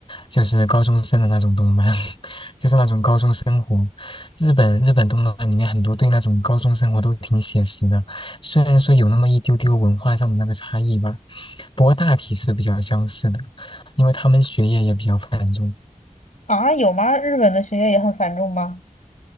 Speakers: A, on the left; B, on the left.
A: 就是高中生的那种动漫，<laughs> 就是那种高中生活。日本日本动漫里面很多对那种高中生活都挺写实的，虽然说有那么一丢丢文化上的那个差异吧，不过大体是比较相似的，因为他们学业也比较繁重。
B: 啊，有吗？日本的学业也很繁重吗？